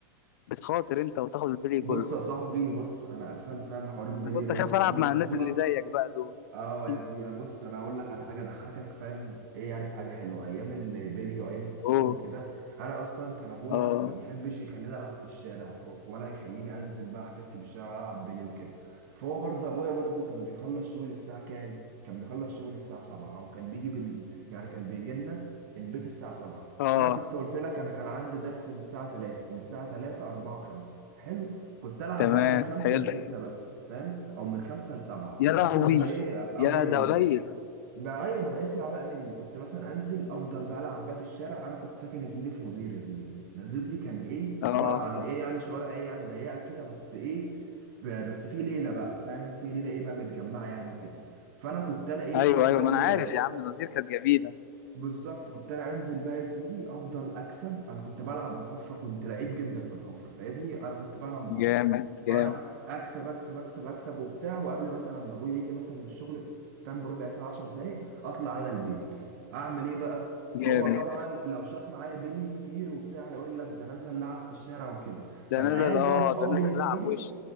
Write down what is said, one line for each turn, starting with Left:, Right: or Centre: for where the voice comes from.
Left: بتخاطر انت وتاخد البلي كله
Right: بص يا صاحبي بص انا اصلا فاهم حوار البلي
Left: انا كنت
Right: دوت
Left: اخاف العب
Right: وايام الطفوله
Left: مع الناس اللي زيك بقى دول
Right: اه
Left: <laughs>
Right: يا زميلة بص انا اقول لك على حاجه ضحكك فاهم ايه يعني في حاجه حلوه ايام البلي وايام الطفوله
Left: اوه
Right: وكده انا اصلا كان ابويا
Left: اه
Right: ما بيحبش يخليني العب في الشارع ولا يخليني انزل بقى احتك بالشارع ولا العب بلي وكده فهو برضه ابويا برضه كان بيخلص شغل الساعه كام كان بيخلص شغل الساعه 7 او كان بيجي بال... يعني كان بيجي لنا البيت الساعه 7
Left: اه
Right: انا كنت قلت لك انا كان عندي درس من الساعه 3 من الساعه 3 4 5 حلو كنت العب
Left: تمام
Right: بقى من 5
Left: حلو
Right: ل 6 بس فاهم او من خمسة لسبعة
Left: يا
Right: لحد
Left: لهوي
Right: لما ايه ابويا
Left: يا ده
Right: يجي
Left: قليل
Right: ما ايوه ما انا اسمع بقى مني كنت مثلا انزل افضل بقى العب بقى في الشارع انا كنت ساكن يا زميلي في نظير يا زميلي نظير دي كان ايه
Left: اه
Right: عباره عن ايه يعني شوارع ايه يعني ضيقه كده بس ايه ف- بس في ليله بقى فاهم في ليله ايه بقى متجمعه يعني وكده فانا كنت انا ايه
Left: ايوه
Right: افضل
Left: ايوه ما انا عارف يا عم نظير كانت جميله
Right: بالظبط كنت انا انزل بقى يا زميلي افضل اكسب انا كنت بلعب الحفره كنت لعيب جدا في الحفره فاهمني انا كنت بلعب بخاطر
Left: جامد
Right: كنت فعلا
Left: جامد
Right: اكسب اكسب اكسب اكسب وبتاع وقبل مثلا ما ابويا يجي مثلا من الشغل فاهم بربع ساعه 10 دقايق اطلع انا البيت اعمل ايه بقى
Left: جامد
Right: هو طبعا لو شاف معايا بيلي كتير وبتاع يقول لك ده نزل لعب في الشارع وكده
Left: ده
Right: فالعيال
Left: نزل
Right: بقى
Left: اه
Right: اصحابي
Left: ده نزل
Right: يا زميلي
Left: لعب وش